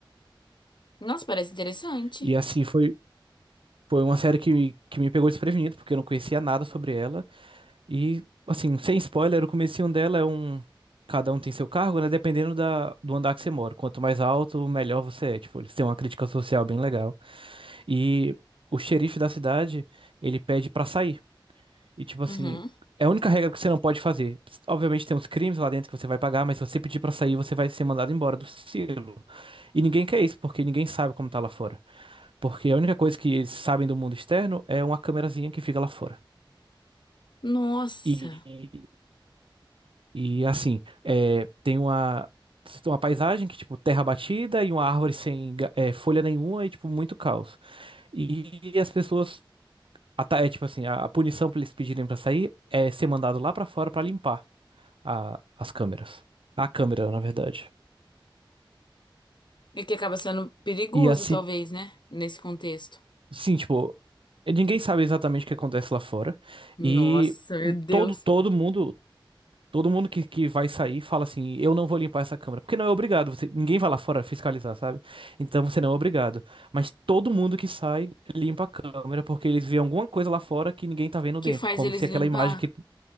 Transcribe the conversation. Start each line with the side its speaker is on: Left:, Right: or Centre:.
Left: Nossa, parece interessante.
Right: E assim, foi, foi uma série que, me- que me pegou desprevenido, porque eu não conhecia nada sobre ela. E, assim, sem spoiler, o comecinho dela é um. Cada um tem seu cargo, né? Dependendo da... do andar que você mora. Quanto mais alto, melhor você é. Tipo, eles têm uma crítica social bem legal. E o xerife da cidade, ele pede pra sair. E, tipo assim,
Left: Uhum.
Right: é a única regra que você não pode fazer. Obviamente tem uns crimes lá dentro que você vai pagar, mas se você pedir pra sair, você vai ser mandado embora do silo. E ninguém quer isso, porque ninguém sabe como tá lá fora. Porque a única coisa que eles sabem do mundo externo é uma câmerazinha que fica lá fora.
Left: Nossa.
Right: E E assim, é, tem uma, tem uma paisagem que, tipo, terra batida e uma árvore sem ga- é, folha nenhuma e, tipo, muito caos. E, as pessoas, a ta- é tipo assim, a, a punição pra eles pedirem pra sair é ser mandado lá pra fora pra limpar a- as câmeras. A câmera, na verdade.
Left: E que acaba sendo perigoso,
Right: E assim,
Left: talvez, né? Nesse contexto.
Right: sim, tipo, ninguém sabe exatamente o que acontece lá fora.
Left: Nossa,
Right: E
Left: meu
Right: hum,
Left: Deus.
Right: todo, todo mundo. Todo mundo que, que vai sair fala assim: eu não vou limpar essa câmera. Porque não é obrigado, você- ninguém vai lá fora fiscalizar, sabe? Então você não é obrigado. Mas todo mundo que sai limpa a câmera porque eles vêem alguma coisa lá fora que ninguém tá vendo
Left: Que
Right: dentro.
Left: faz
Right: Como
Left: eles
Right: se
Left: limpar.
Right: aquela imagem que.